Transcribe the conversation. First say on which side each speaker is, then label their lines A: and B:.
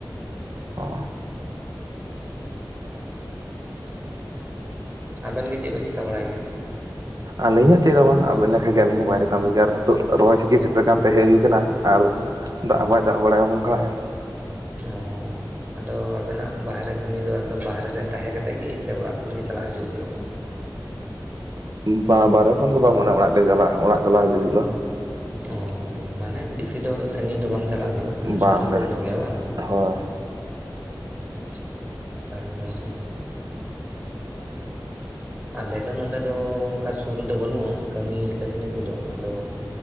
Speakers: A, on the right; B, on the right.
A: ᱚ
B: <unintelligible> <unintelligible> ᱟᱵᱮᱱ ᱜᱮ ᱪᱮᱫ ᱵᱮᱱ ᱪᱤᱠᱟ ᱵᱟᱲᱟᱭ ᱜᱮᱭᱟ,
A: ᱟᱞᱤᱧ ᱦᱚᱸ ᱪᱮᱫ ᱦᱚᱸ ᱵᱟᱝ ᱟᱵᱤᱱ ᱞᱮᱠᱷᱟ ᱜᱮ ᱟᱹᱞᱤᱧ ᱦᱚᱸ ᱵᱟᱭᱨᱮ ᱠᱟᱹᱢᱤ ᱜᱮ ᱟᱨ ᱱᱤᱛᱚᱜ ᱨᱚᱦᱚᱭ ᱥᱤᱡᱤᱱ ᱥᱮᱴᱮᱨ ᱟᱠᱟᱱ ᱛᱮ ᱦᱮᱡ ᱦᱩᱭ ᱠᱟᱱᱟ ᱟᱨ, ᱫᱟᱜ ᱦᱚᱸ ᱵᱟᱭ ᱫᱟᱜ ᱵᱟᱲᱟ ᱟᱵᱚᱱ ᱠᱟᱱᱟᱭ,
B: ᱚᱸ ᱟᱫᱚ ᱟᱵᱤᱱᱟᱜ ᱵᱟᱦᱨᱮ ᱠᱟᱹᱢᱤ ᱫᱚ ᱮᱠᱫᱚᱢ ᱵᱟᱦᱨᱮ ᱨᱮ ᱛᱟᱦᱮᱸ ᱠᱟᱛᱮ ᱜᱮ ᱥᱮ ᱚᱲᱟᱜ ᱠᱷᱚᱱ ᱜᱮ ᱪᱟᱞᱟᱜ ᱦᱤᱡᱩᱜ ᱦᱩᱭᱩᱜᱼᱟ,
A: ᱵᱟᱸ ᱵᱟᱦᱨᱮ ᱠᱷᱚᱱ ᱫᱚ ᱵᱟᱝ ᱢᱟᱱᱮ ᱚᱲᱟᱜ ᱜᱮ ᱪᱟᱞᱟᱜ ᱚᱲᱟᱜ ᱪᱟᱞᱟᱜ ᱦᱤᱡᱩᱜ ᱦᱩᱭᱩᱜᱼᱟ,
B: ᱚ ᱢᱟᱱᱮ ᱵᱤᱥᱤ ᱫᱚ ᱥᱟᱹᱜᱤᱧ ᱫᱚ ᱵᱟᱝ ᱪᱟᱞᱟᱜ ᱦᱩᱭᱩᱜᱼᱟ ᱢᱟᱱᱮ ᱥᱩᱨ
A: ᱵᱟᱝᱜᱮ
B: ᱥᱩᱯᱩᱨ ᱧᱚᱜ ᱜᱮᱭᱟ ᱵᱟᱝ,
A: ᱦᱳᱭ
B: ᱟᱪᱪᱷᱟ ᱱᱟᱯᱟᱭ ᱜᱮ ᱱᱚᱣᱟ ᱦᱚᱸ ᱟᱞᱮ ᱫᱚ ᱱᱚᱰᱮ ᱫᱚ ᱚᱱᱠᱟ ᱥᱩᱨ ᱨᱮᱫᱚ ᱵᱟᱹᱱᱩᱜᱼᱟ ᱠᱟᱹᱢᱤ ᱠᱟᱹᱥᱱᱤ ᱠᱚᱫᱚ ᱟᱫᱚ,